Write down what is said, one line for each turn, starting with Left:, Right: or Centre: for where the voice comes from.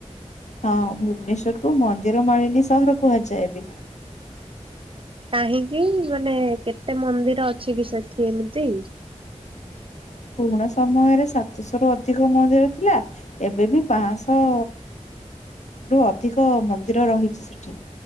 Left: ହଁ ଭୁବନେଶ୍ଵର କୁ ମନ୍ଦିର ମାଳିନୀ ସହର କୁହାଯାଏ ବି।
Right: କାହିଁକି ମାନେ କେତେ ମନ୍ଦିର ଅଛି କି ସେଠି ଏମିତି?
Left: <inaudible> ପୁରୁଣା ସମୟରେ ସାତଶହ ରୁ ଅଧିକ ମନ୍ଦିର ଥିଲା ଏବେ ବି ପାଆଁଶହ ରୁ ଅଧିକ ମନ୍ଦିର ରହିଚି ସେଠି।